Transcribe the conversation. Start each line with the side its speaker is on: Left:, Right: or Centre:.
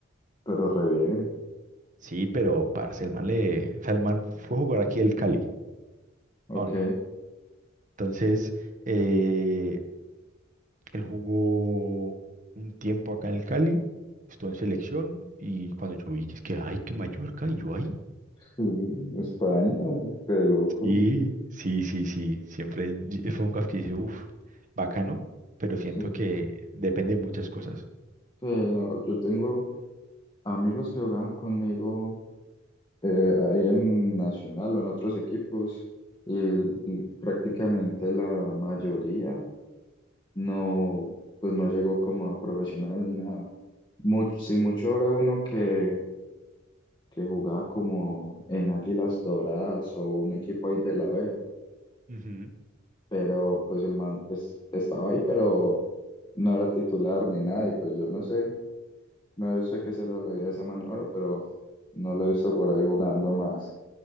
Left: pero re bien.
Right: Sí, pero, parce, el man le, o sea, el man fue a jugar aquí el Cali.
Left: Ok.
Right: Ah, no. Entonces. eh, Él jugó un tiempo acá en el Cali, estuvo en selección y cuando yo vi que es que, ay, que Mallorca, y yo, ahí
Left: Sí, España, re loco.
Right: Sí, sí, sí, sí. Siempre y- fue un caf que dice, uff, bacano, pero siento
Left: Sí.
Right: que depende de muchas cosas.
Left: Sí, no, yo tengo amigos que juegan conmigo eh, ahí en Nacional o en otros equipos y, l- prácticamente la mayoría no, pues no llegó como a profesional ni nada. Mucho, sí, mucho habrá uno que, que jugaba como en Águilas Doradas o un equipo ahí de la B
Right: Ujú.
Left: pero pues el man pues, estaba ahí, pero no era titular ni nada, y pues yo no sé, no sé qué será la vida de esa man ahora, pero no lo he visto por ahí jugando más.